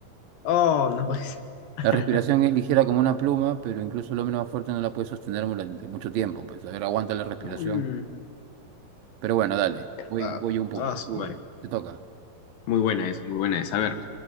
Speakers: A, on the left; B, on the right.
A: Oh, no puede ser. <laughs>
B: La respiración es ligera como una pluma, pero incluso el hombre más fuerte no la puede sostener durante mucho tiempo. Pues, a ver, aguanta la respiración.
A: Mm,
B: Pero bueno, dale, voy,
A: ah,
B: voy a un punto.
A: ah, su
B: Tú,
A: madre.
B: a ver, te toca.
A: Muy buena esa, muy buena esa. A ver,